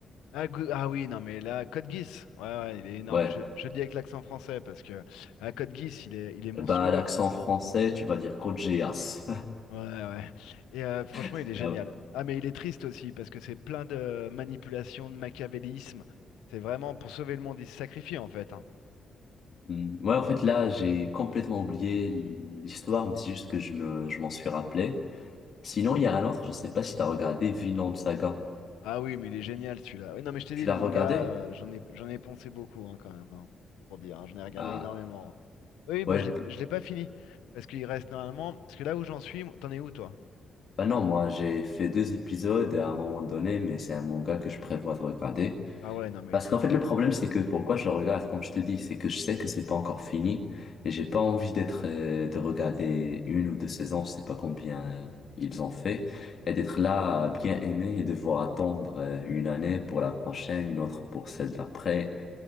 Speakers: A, on the left; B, on the left.
A: Ah, Gu- ah oui, non mais là, Code Geass, ouais, ouais, il est énorme.
B: Ouais.
A: Je, je le dis avec l'accent français parce que ah, Code Geass, il est, il est monstrueux.
B: Bah, l'accent français, tu vas dire Code Geass.
A: Ouais, ouais. Et euh, franchement,
B: <laughs>
A: il est génial. Ah, mais il est triste aussi parce que c'est plein de manipulations, de machiavélisme. C'est vraiment pour sauver le monde, il se sacrifie en fait. hein.
B: Hmm. Ouais, en fait, là, j'ai complètement oublié l'histoire, mais c'est juste que je me, je m'en suis rappelé. Sinon, il y a un autre, je sais pas si t'as regardé Vinland Saga.
A: Ah oui, mais il est génial celui-là. Oui, non, mais je t'ai
B: Tu
A: dit,
B: l'as
A: les mangas,
B: regardé?
A: euh, j'en ai, j'en ai poncé beaucoup hein, quand même, hein, pour dire. hein. J'en ai regardé
B: Ah,
A: énormément. hein. Oui, oui, bah
B: ouais.
A: je l'ai,
B: p-
A: je l'ai pas fini parce qu'il reste normalement. Parce que là où j'en suis, t'en es où toi?
B: Bah non, moi, j'ai fait deux épisodes à un moment donné, mais c'est un manga que je prévois de regarder.
A: Ah ouais, non mais
B: Parce
A: il faut
B: qu'en
A: que
B: fait, le problème, c'est que pourquoi je le regarde, comme je te dis, c'est que je sais que c'est pas encore fini et j'ai pas envie d'être, euh, de regarder une ou deux saisons, je sais pas combien ils ont fait, et d'être là à bien aimer et devoir attendre euh, une année pour la prochaine, une autre pour celle d'après.